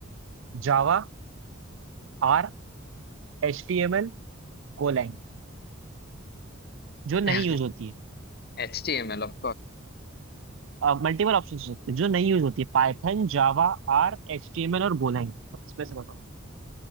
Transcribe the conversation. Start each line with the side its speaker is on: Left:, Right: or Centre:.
Right: Java R H T M L Golang जो नहीं
Left: <laughs>
Right: यूज होती है
Left: एच टी एम एल ऑफ
Right: मल्टीपल ऑप्शन हो सकते हैं जो नहीं यूज होती है Python Java R H T M L और गोlang इसमें से बताओ